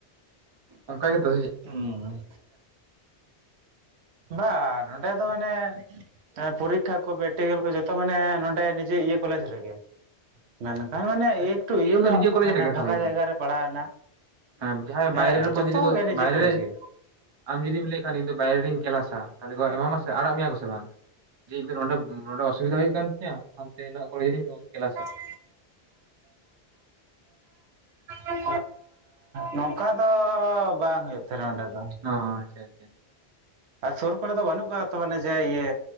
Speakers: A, on the right; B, on the right.
A: ᱚᱱᱠᱟ ᱜᱮ ᱛᱚ ᱥᱮ ᱪᱮᱫ ᱾
B: ᱦᱩᱸ ᱵᱟᱝ ᱚᱸᱰᱮ ᱫᱚ ᱢᱟᱱᱮ ᱮᱸ ᱯᱚᱨᱤᱠᱠᱷᱟ ᱠᱚ ᱯᱨᱮᱠᱴᱤᱠᱮᱞ ᱠᱚ ᱡᱚᱛᱚ ᱢᱟᱱᱮ ᱱᱚᱰᱮ ᱱᱤᱡᱮ ᱤᱭᱟᱹ ᱠᱚᱞᱮᱡᱽ ᱨᱮᱜᱮ᱾ ᱢᱮᱱᱠᱷᱟᱱ
A: ᱦᱮᱸ
B: ᱢᱟᱱᱮ ᱮᱠᱴᱩ
A: ᱯᱨᱮᱠᱴᱤᱠᱮᱞ
B: ᱤᱭᱟᱹ
A: ᱫᱚ
B: ᱧᱚᱜ
A: ᱱᱤᱡᱮ ᱠᱚᱞᱮᱡᱽ
B: ᱢᱟᱱᱮ
A: ᱨᱮᱜᱮ
B: ᱯᱷᱟᱸᱠᱟ
A: ᱛᱚ ᱦᱩᱭᱩᱜᱼᱟ
B: ᱡᱟᱭᱜᱟ ᱨᱮ ᱯᱟᱲᱟᱣ ᱮᱱᱟ᱾
A: ᱦᱮᱸ ᱡᱟᱦᱟᱸᱭ
B: ᱦᱮᱸ
A: ᱵᱟᱭᱨᱮ ᱨᱮᱠᱚ
B: ᱡᱚᱛᱚ
A: ᱡᱩᱫᱤ ᱠᱚ
B: ᱜᱮ ᱱᱤᱡᱮ
A: ᱵᱟᱭᱨᱮ
B: ᱠᱚᱞᱮᱡᱽ
A: ᱨᱮ
B: ᱜᱮ᱾
A: ᱟᱢ ᱡᱩᱫᱤᱢ ᱞᱟᱹᱭ ᱠᱷᱟᱱ ᱤᱧ ᱫᱚ ᱵᱟᱭᱨᱮ ᱨᱮᱧ ᱠᱮᱞᱟᱥᱟ ᱛᱟᱦᱚᱞᱮ ᱜᱚ ᱮᱢᱟᱢᱟ ᱥᱮ ᱟᱲᱟᱜ ᱢᱮᱭᱟ ᱠᱚᱥᱮ ᱵᱟᱝ? ᱡᱮ ᱤᱧ ᱫᱚ ᱱᱚᱸᱰᱮᱵ ᱱᱚᱸᱰᱮ ᱚᱥᱩᱵᱤᱫᱟ ᱦᱩᱭᱩᱜ ᱠᱟᱱ ᱛᱤᱧᱟᱹ ᱦᱟᱱᱛᱮ ᱠᱚᱞᱮᱡᱽ ᱨᱤᱧ ᱚᱞ ᱠᱮᱞᱟᱥᱮᱫ
B: <inaudible> ᱮᱸ ᱱᱚᱝᱠᱟ ᱫᱚ ᱵᱟᱝ ᱦᱩᱭᱩᱜ ᱛᱟᱦᱮᱸᱱᱟ ᱱᱚᱸᱰᱮ ᱫᱚ᱾
A: ᱦᱚᱸ ᱦᱚᱸ ᱟᱪᱪᱷᱟ ᱟᱪᱪᱷᱟ
B: ᱟᱨ ᱥᱩᱨ ᱠᱚᱨᱮ ᱫᱚ ᱵᱟᱹᱱᱩᱜ ᱠᱚᱣᱟ ᱛᱚ ᱢᱟᱱᱮ ᱡᱮ ᱤᱭᱟᱹ